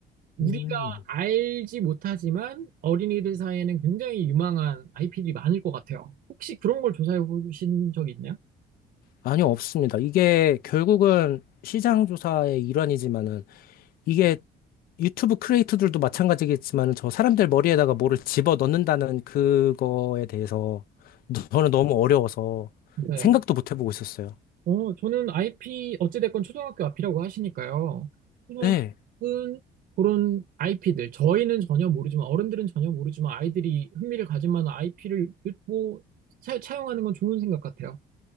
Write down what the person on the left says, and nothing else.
음.
아니요, 없습니다. 이게 결국은 시장 조사의 일환이지만은, 이게 유튜브 크리에이터들도 마찬가지겠지만은, 저 사람들 머리에다가 뭐를 집어 넣는다는 그거에 대해서 저는 너무 어려워서
생각도 못 해보고 있었어요.
네.